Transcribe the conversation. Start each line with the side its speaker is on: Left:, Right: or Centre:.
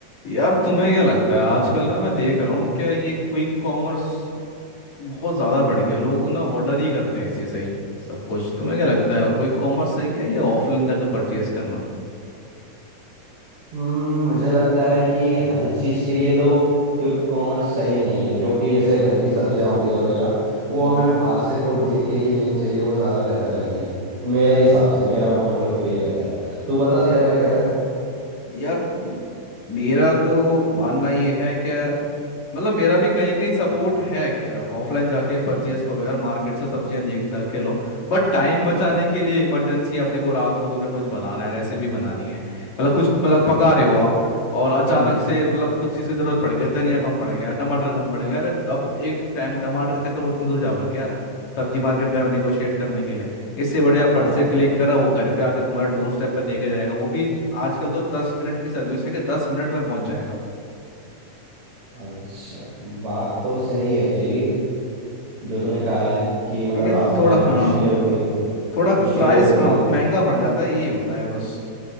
Left: यार तुम्हें क्या लगता है आजकल ना मैं देख रहा हूँ क्या ये क्विक कॉमर्स बहुत ज़्यादा बढ़ गया लोग ना ऑर्डर ही करते हैं इसी से ही सब कुछ तुम्हें क्या लगता है क्विक कॉमर्स सही है या ऑफलाइन जाके परचेज करना
Right: हम्म, मुझे लगता है कि हर चीज़ के लिए तो क्यों कॉमर्स सही नहीं है क्योंकि जैसे घर की सब्जियां होती है वगैरह वो
Left: हम्म
Right: हमें बाहर से खुद देख के ही लेनी चाहिए वो ज़्यादा बेहतर रहती है मेरे हिसाब से मेरा पॉइंट ऑफ व्यू ये कहता है तू बता तेरा क्या कहता है
Left: यार म- मेरा तो मानना ये है क्या मतलब मेरा भी कहीं कहीं सपोर्ट है क्या ऑफलाइन जाके परचेज करो यार मार्केट से सब्जियां देख दाख के लो बट टाइम बचाने के लिए इमरजेंसी आप देखो रात को तुम्हें कुछ बनाना है रेसिपी बनानी है मतलब कुछ मतलब पका रहे हो आप और अचानक
Right: हम्म
Left: से मतलब कुछ चीज़ की जरूरत पड़ गई धनिया कम पड़ गया टमाटर कम पड़ गया यार अब एक टाइम टमाटर के चक्कर में उतनी दूर जाओगे क्या यार सब्जी मार्केट में निगोशिएट करने के लिए इससे बढ़िया
Right: हाँ
Left: फट से क्लिक करा वो घर पे आके तुम्हारे डोर स्टेप पे देखा जाएगा वो भी आजकल तो दस मिनट की सर्विस है कि दस मिनट में पहुंच जाएगा
Right: अच्छा बात तो सही है तेरी जो तूने कहा है कि मतलब
Left: लेकिन
Right: रात में
Left: थोड़ा
Right: हमें
Left: हाँ
Right: मुश्किलें होती है
Left: थोड़ा प्राइस
Right: मुश्किलें होती
Left: हाँ
Right: है
Left: महंगा पड़ जाता है ये होता है बस